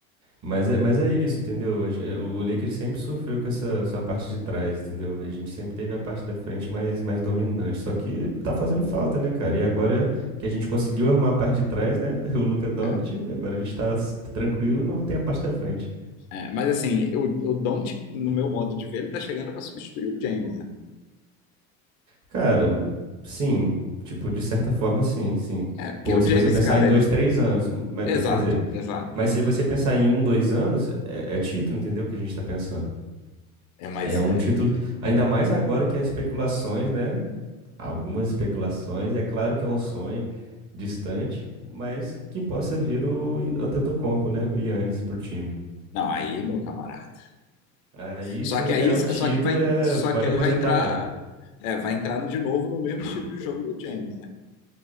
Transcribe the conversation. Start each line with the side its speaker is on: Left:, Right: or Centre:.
Right: Mas é, mas é isso, entendeu? A gen- O Lakers sempre sofreu com essa, essa parte de trás, entendeu? A gente sempre teve a parte da frente mais, mais dominante. Só que tá fazendo falta, né, cara? E agora que a gente conseguiu arrumar a parte de trás, né? <laughs> O Luka Doncic,
Left: É,
Right: e agora a gente tá s- tranquilo, não tem a parte da frente.
Left: é. Mas assim, o, o Doncic, no meu modo de ver, ele tá chegando para substituir o James, né?
Right: Cara, sim, tipo, de certa forma, sim, sim.
Left: É, porque
Right: Pô,
Left: o
Right: se
Left: James,
Right: você pensar
Left: cara,
Right: em dois,
Left: ele.
Right: três anos, ma-
Left: Exato,
Right: ma- quer dizer,
Left: exato.
Right: mas se você pensar em um, dois anos, é, é título, entendeu? Que a gente tá pensando.
Left: É, mas.
Right: É um
Left: é,
Right: título, ainda mais agora que há especulações, né? Há Algumas especulações, é claro que é um sonho distante, mas que possa vir o Antetokounmpo, né? O Giannis pro time.
Left: Não, aí, meu camarada.
Right: Aí,
Left: Só
Right: se
Left: que
Right: não
Left: aí,
Right: ganhar
Left: só
Right: um título,
Left: que vai,
Right: é...
Left: só
Right: pode
Left: que aí
Right: aposentar
Left: vai entrar
Right: mesmo.
Left: É, vai entrar de novo no mesmo estilo de jogo do James, né?